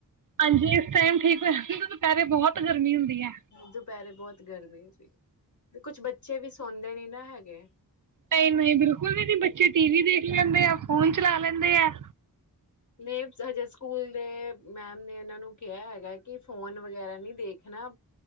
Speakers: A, on the right; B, on the left.
A: ਹਾਂਜੀ ਇਸ ਟਾਈਮ ਠੀਕ ਹੋਇਆ ਨਹੀਂ ਤਾ ਦੁਪਹਿਰੇ ਬਹੁਤ ਗਰਮੀ ਹੁੰਦੀ ਹੈ
B: ਦੁਪਹਿਰੇ ਬਹੁਤ ਗਰਮੀ ਜੀ ਕੁਛ ਬੱਚੇ ਵੀ ਸੌਦੇ ਨੀ ਨਾ ਹੈਗੇ। ਓਕੇ
A: ਨਹੀਂ ਨਹੀਂ ਬਿਲਕੁਲ ਵੀ ਨੀ, ਬੱਚੇ ਟੀ ਵੀ ਦੇਖ ਲੈਂਦੇ ਆ ਫੋਨ ਚਲਾ ਲੈਂਦੇ ਆ
B: ਨੇਮਸ ਹਜੇ ਸ ਸਕੂਲ ਦੇ ਮੈਮ ਨੇ ਇਹਨਾਂ ਨੂੰ ਕਿਹਾ ਹੈਗਾ ਕਿ ਫੋਨ ਵਗੈਰਾ ਨਹੀਂ ਦੇਖਣਾ